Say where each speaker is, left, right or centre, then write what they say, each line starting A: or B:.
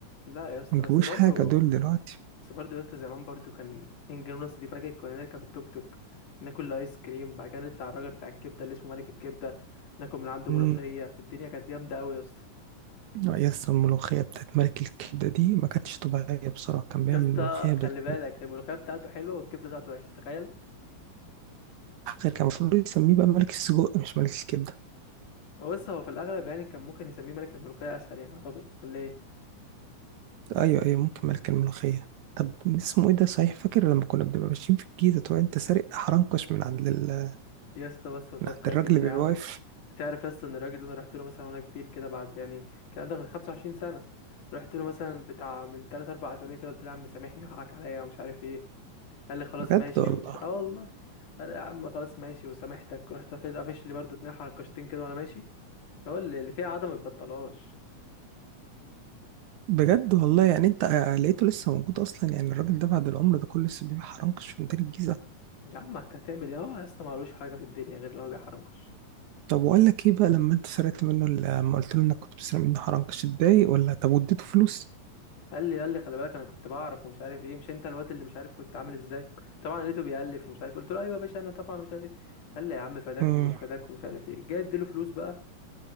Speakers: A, on the left (about 70°); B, on the right (about 70°).
A: لا يا اسطى
B: ما يجيبوش
A: بس برضو
B: حاجه دول دلوقتي
A: بس برضو يا اسطى زمان برضو كان 2 جنيه ونص دي فاكر كنا نركب التوك توك ناكل ايس كريم بعد كده نطلع الراجل بتاع الكبده اللي اسمه ملك الكبده ناكل من عنده
B: امم
A: ملوخيه الدنيا كانت جامده قوي يا اسطى
B: يا اسطى الملوخيه بتاعت ملك الكبده دي ما كانتش طبيعيه بصراحه كان بيعمل
A: يا اسطى
B: ملوخيه بت...
A: خلي بالك الملوخيه بتاعته حلوه والكبده بتاعته وحشه تخيل
B: غير كان المفروض يسميه بقى ملك السجق مش ملك الكبده
A: هو بص هو في الاغلب يعني كان ممكن يسميه ملك الملوخيه اسهل يعني اعتقد ولا ايه
B: ايوه ايوه ممكن ملك الملوخيه طب اسمه ايه ده صحيح فاكر لما كنا بنبقى ماشيين في الجيزه تقول انت سارق حرنكش من عند ال...
A: يا اسطى بس ما تفكرنيش
B: من عند الراجل اللي بيبقى
A: يا عم
B: واقف
A: هتعرف يا اسطى ان الراجل ده انا رحت له مثلا وانا كبير كده بعد يعني كان عندك من 25 سنه رحت له مثلا بتاع من 3 4 اسابيع كده قلت له يا عم سامحني وحقك عليا ومش عارف ايه قال لي خلاص
B: بجد
A: ماشي
B: والله
A: ومش اه والله قال لي يا عم خلاص ماشي وسامحتك رحت واخد قافش لي برضه اتنين حركشتين كده وانا ماشي هو اللي اللي فيها عدم ما يتبطلهاش
B: بجد والله يعني انت لقيته لسه موجود اصلا يعني الراجل ده بعد العمر ده كله لسه بيبيع حرنكش في ميدان الجيزه
A: يا عم انت هتعمل ايه هو يا اسطى معلوش حاجه في الدنيا غير اللي هو بيحرنكش
B: طب واقول لك ايه بقى لما انت سرقت منه ال- لما قلت له انك كنت بتسرق منه حرنكش اتضايق ولا طب واديته فلوس
A: قال لي قال لي خلي بالك انا كنت بعرف ومش عارف ايه مش انت الواد اللي مش عارف كنت عامل ازاي طبعا لقيته بيألف ومش عارف قلت له ايوه يا باشا انا طبعا مش عارف ايه قال لي يا عم فداك
B: امم
A: ومش فداك ومش عارف ايه جاي اديله فلوس بقى